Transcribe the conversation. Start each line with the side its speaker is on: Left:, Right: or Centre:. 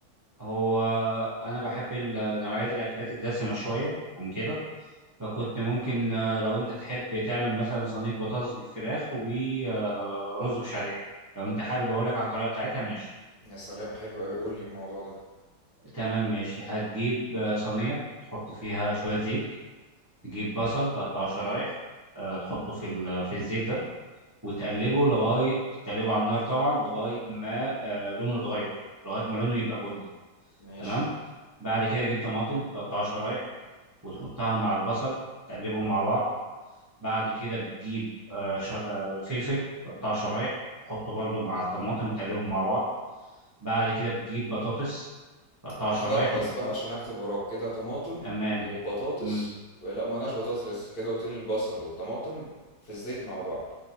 Right: هو انا بحب ال- نوعيات الاكلات الدسمه شويه عن كده فكنت ممكن آه، لو انت تحب تعمل مثلا صينيه بطاطس بالفراخ ورز بشعريه لو انت حابب اقول لك على الطريقه بتاعتها ماشي
Left: يا سلام حلو قوي قول لي الموضوع ده
Right: تمام ماشي هتجيب آه، صينيه تحط فيها شويه زيت تجيب بصل تقطعه شرايح آه، تحطه في ال- في الزيت ده وتقلبه لغايه تقلبه على النار طبعا لغايه ما آه، لونه يتغير لغايه ما لونه يبقى بني
Left: ماشي
Right: تمام بعد كده تجيب طماطم تقطعها شرايح وتحطها مع البصل تقلبهم مع بعض بعد كده بتجيب آه، ش- آه، فلفل تقطعه شرايح تحطه برضو مع الطماطم وتقلبهم مع بعض بعد كده بتجيب بطاطس تقطعها
Left: واحدة
Right: شرايح
Left: واحدة
Right: وت...
Left: بس بقى
Right: و-
Left: عشان أكتب وراك كده طماطم
Right: تمام
Left: وبطاطس
Right: مم.
Left: لا مقلناش بطاطس لسه كده قلت لي البصل والطماطم في الزيت مع بعض